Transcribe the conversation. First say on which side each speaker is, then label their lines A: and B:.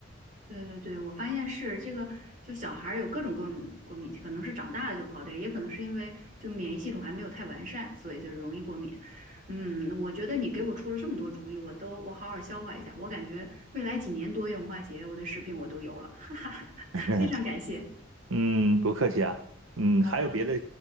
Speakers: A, on the right; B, on the right.
A: 对对对，我发现是这个，就小孩儿有各种各种过敏，可能是长大了就好点儿，也可能是因为就免疫系统还没有太完善，所以就容易过敏。嗯，我觉得你给我出了这么多主意，我都我好好消化一下。我感觉未来几年多元文化节，我的视频我都有了，<laughs> 哈哈哈，
B: <laughs>。
A: 非常感谢。
B: 嗯，不客气啊。嗯，
A: 好的，
B: 还有别的